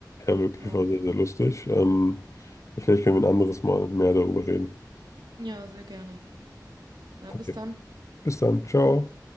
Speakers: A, on the left (about 45°); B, on the right (about 75°).
A: ja, wirklich,
B: Ähm,
A: war sehr, sehr lustig. Ähm, ja, vielleicht können wir ein anderes Mal mehr darüber reden.
B: ja, sehr gerne. Na,
A: Okay,
B: bis dann.
A: bis dann, ciao.